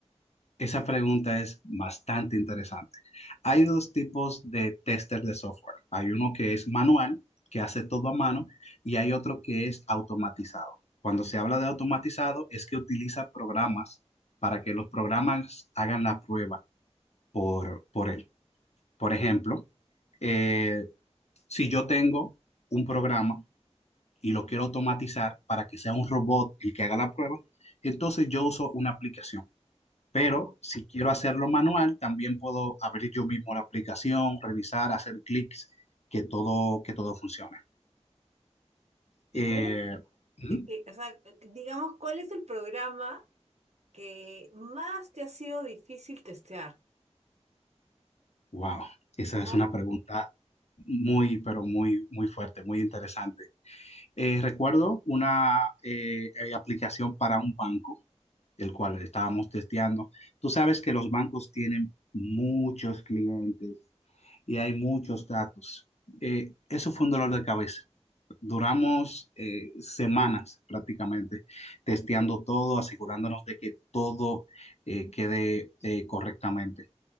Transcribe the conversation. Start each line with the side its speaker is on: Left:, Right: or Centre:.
Left: Esa pregunta es bastante interesante. Hay dos tipos de tester de software. Hay uno que es manual, que hace todo a mano, y hay otro que es automatizado. Cuando se habla de automatizado es que utiliza programas para que los programas hagan la prueba por, por él. Por ejemplo, eh, si yo tengo un programa y lo quiero automatizar para que sea un robot el que haga la prueba, entonces yo uso una aplicación. Pero
Right: Ajá.
Left: si quiero hacerlo manual, también puedo abrir yo mismo la aplicación, revisar, hacer clics, que todo, que todo funcione.
Right: ¿Y
Left: Eh,
Right: cuál
Left: ujú.
Right: que- que- o sea, digamos, ¿cuál es el programa que más te ha sido difícil testear?
Left: wow, esa
Right: O más-
Left: es una pregunta muy, pero muy, muy fuerte, muy interesante. Eh, recuerdo una eh, eh, aplicación para un banco. el cual estábamos testeando. Tú sabes que los bancos tienen muchos clientes y hay muchos datos. Eh, eso fue un dolor de cabeza. Duramos eh, semanas prácticamente testeando todo, asegurándonos de que todo eh, quede eh, correctamente.